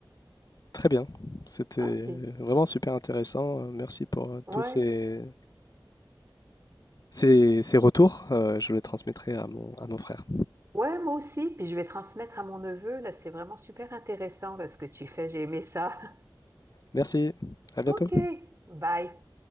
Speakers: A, on the left (about 50°); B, on the right (about 35°).
A: Très bien, c'était
B: Ok.
A: vraiment super intéressant. Heu, merci pour, heu,
B: Ouais.
A: tous ces ces ces retours, heu, je les transmettrai à mon à mon frère.
B: Ouais, moi aussi. Puis je vais transmettre à mon neveu. Là, c'est vraiment super intéressant là, ce que tu fais. J'ai aimé ça. <laughs>
A: Merci, à bientôt.
B: Ok. Bye.